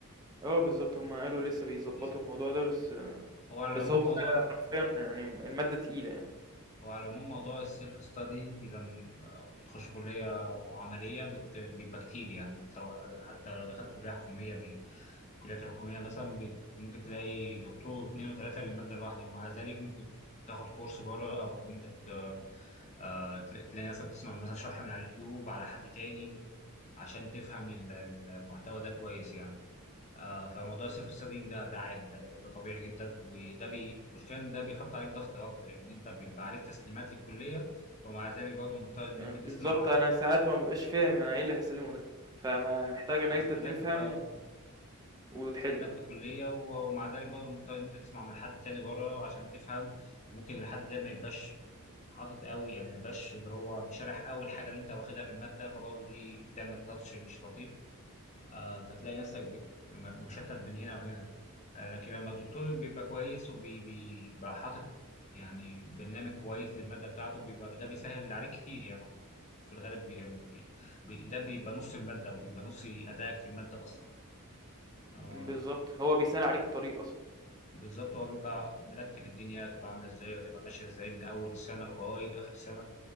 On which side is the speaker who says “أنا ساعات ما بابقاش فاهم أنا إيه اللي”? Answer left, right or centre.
Right